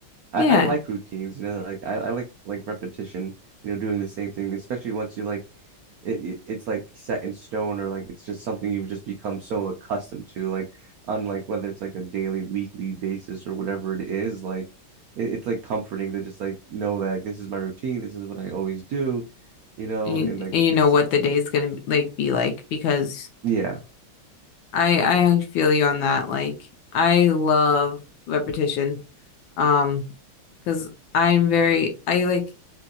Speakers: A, on the right; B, on the left.
A: I,
B: yeah.
A: I like routines, you know, like I, I like like repetition, you know, doing the same thing, especially once you like it, it- it's like set in stone or like it's just something you've just become so accustomed to, like on like whether it's like a daily, weekly basis or whatever it is, like it, it's like comforting to just like know that like, this is my routine, this is what I always do, you know,
B: And you,
A: and like
B: and you
A: it's
B: know what the day's gonna like be like because
A: yeah.
B: I I feel you on that. Like I love repetition. Um, because I'm very I like